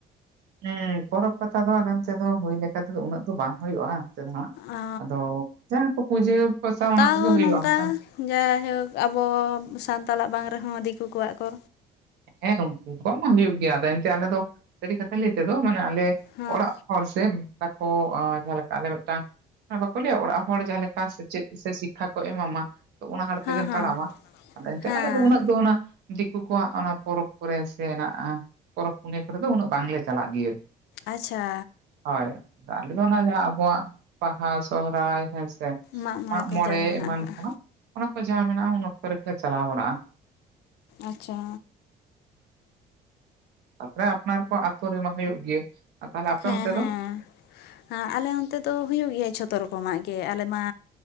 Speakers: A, on the right; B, on the left.
A: ᱦᱮᱸ ᱯᱚᱨᱚᱵᱽ ᱯᱟᱛᱟ ᱫᱚ ᱟᱱᱠᱟ ᱛᱮᱫᱚ ᱦᱩᱭ ᱞᱮᱠᱟ ᱛᱮᱫᱚ ᱩᱱᱟᱹᱜ ᱫᱚ ᱵᱟᱝ ᱦᱩᱭᱩᱜᱼᱟ ᱾ ᱛᱮᱫ ᱫᱚ ᱦᱟᱜ
B: ᱚ
A: ᱡᱟᱦᱟᱸ ᱠᱚ ᱯᱩᱡᱟᱹ ᱯᱟᱥᱟ ᱚᱱᱟ
B: ᱛᱟᱣ
A: ᱠᱚᱜᱮ ᱦᱩᱭᱩᱜᱼᱟ
B: ᱱᱚᱝᱠᱟ
A: ᱚᱱᱠᱟ᱾
B: ᱡᱟᱭᱦᱳᱠ ᱟᱵᱚ ᱥᱟᱱᱛᱟᱲᱟᱜ ᱵᱟᱝ ᱨᱮᱦᱚᱸ ᱫᱤᱠᱩ ᱠᱚᱣᱟᱜ ᱠᱚ
A: ᱦᱮᱸ ᱩᱱᱠᱩ ᱠᱚᱣᱟᱜ ᱢᱟ ᱦᱩᱭᱩᱜ ᱜᱮᱭᱟ ᱟᱫᱚ ᱮᱱᱛᱮ ᱟᱞᱮ ᱫᱚ ᱥᱟᱹᱨᱤ ᱠᱟᱛᱷᱟ ᱞᱟᱹᱭ ᱛᱮᱫᱚ ᱢᱟᱱᱮ ᱟᱞᱮ
B: ᱦᱚᱸ
A: ᱚᱲᱟᱜ ᱦᱚᱲ ᱥᱮ ᱛᱟᱠᱚ ᱡᱟᱦᱟᱸᱞᱮ ᱞᱮᱠᱟ ᱟᱞᱮ ᱢᱤᱫᱴᱟᱝ ᱵᱟᱠᱚ ᱞᱟᱹᱭᱟ ᱚᱲᱟᱜ ᱦᱚᱲ ᱡᱟᱦᱟ ᱞᱮᱠᱟ ᱥᱮᱪᱮᱫ ᱥᱮ ᱥᱤᱠᱠᱷᱟ ᱠᱚ ᱮᱢᱟ ᱢᱟ᱾ ᱚᱱᱟ ᱦᱟᱲ
B: ᱦᱮᱸ
A: ᱛᱮᱜᱮᱢ
B: ᱦᱮᱸ
A: ᱛᱟᱲᱟᱢᱟ ᱟᱫᱚ ᱮᱱᱛᱮ
B: ᱦᱮᱸ
A: ᱟᱞᱮ ᱫᱚ ᱩᱱᱟᱹᱜ ᱫᱚ ᱚᱱᱟ ᱫᱤᱠᱩ ᱠᱚᱣᱟᱜ ᱚᱱᱟ ᱯᱚᱨᱚᱵᱽ ᱠᱚᱨᱮ ᱥᱮ ᱦᱮᱱᱟᱜᱼᱟ ᱯᱚᱨᱚᱵᱽ ᱯᱩᱱᱟᱹ ᱠᱚᱨᱮ ᱫᱚ ᱩᱱᱟᱹᱜ ᱵᱟᱝᱞᱮ ᱪᱟᱞᱟᱜ ᱜᱮᱭᱟ ᱾
B: ᱟᱪᱪᱷᱟ
A: ᱦᱳᱭ ᱟᱫᱚ ᱟᱞᱮᱚ ᱚᱱᱟ ᱡᱟᱦᱟᱸ ᱟᱵᱚᱣᱟᱜ ᱵᱟᱦᱟ ᱥᱚᱦᱨᱟᱭ ᱦᱮᱸᱥᱮ
B: ᱢᱟᱜ ᱢᱚᱬᱮ
A: ᱢᱟᱜᱢᱚᱬᱮ
B: ᱠᱚ ᱡᱟᱜᱮ ᱢᱮᱱᱟᱜ
A: ᱮᱢᱟᱱ
B: ᱟᱠᱟᱜᱼᱟ
A: ᱠᱚᱱᱟᱜ ᱚᱱᱟ ᱠᱚ ᱡᱟᱦᱟᱸ ᱢᱮᱱᱟᱜᱼᱟ ᱚᱱᱟ ᱠᱚᱨᱮᱠᱚ ᱪᱟᱞᱟᱣ ᱵᱟᱲᱟᱜᱼᱟ ᱾
B: ᱟᱪᱪᱷᱟ
A: ᱛᱟᱯᱚᱨᱮ ᱟᱯᱱᱟᱨ ᱠᱚ ᱟᱹᱛᱳ ᱨᱮᱢᱟ ᱦᱩᱭᱩᱜ ᱜᱮ ᱛᱟᱦᱚᱞᱮ ᱟᱯᱮ
B: ᱦᱮᱸ
A: ᱚᱱᱛᱮ
B: ᱦᱮᱸ
A: ᱫᱚ?
B: ᱟᱞᱮ ᱚᱱᱛᱮ ᱫᱚ ᱦᱩᱭᱩᱜ ᱜᱮᱭᱟ ᱡᱷᱚᱛᱚ ᱨᱚᱠᱚᱢᱟᱜ ᱜᱮ ᱟᱞᱮ ᱢᱟ